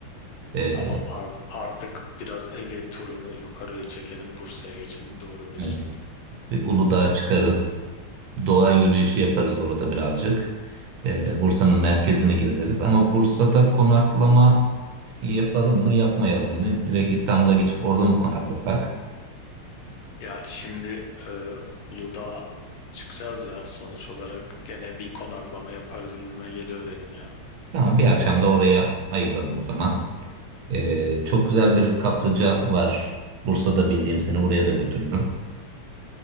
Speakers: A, on the right; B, on the left.
A: E,
B: Tamam art- artık biraz Ege turunu yukarıya çekelim. Bursa'ya geçelim doğru diyorsun.
A: evet, bir Uludağ'a çıkarız. Doğa yürüyüşü yaparız orada birazcık. E, Bursa'nın merkezini gezeriz. Ama Bursa'da konaklama yapalım mı, yapmayalım mı? Direkt İstanbul'a geçip orada mı konaklasak?
B: Ya şimdi e, Uludağ'a çıkacağız ya sonuç olarak gene bir konaklama yaparız gibime geliyor benim ya.
A: Tamam, bir akşam da oraya ayıralım o zaman. Ee, çok güzel bir kaplıca var. Bursa'da bildiğim seni oraya da götürürüm.